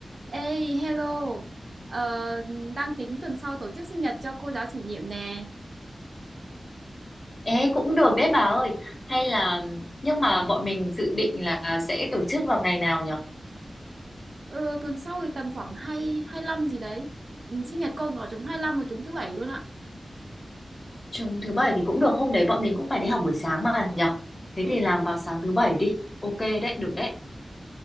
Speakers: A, on the right; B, on the left.
A: Ê, hello. Ờ, đang tính tuần sau tổ chức sinh nhật cho cô giáo chủ nhiệm nè.
B: Ê, cũng được đấy bà ơi. Hay là nhưng mà bọn mình dự định là sẽ tổ chức vào ngày nào nhở?
A: Ờ, tuần sau thì tầm khoảng 2, lăm gì đấy. Ừ, Sinh nhật cô ở trúng hai lăm và trúng thứ bảy luôn ạ.
B: Chúng thứ bảy thì cũng được, hôm đấy bọn mình cũng phải đi học buổi sáng mà nhở? Thế
A: Ừ,
B: thì làm vào sáng thứ bảy đi. Ok đấy, được đấy.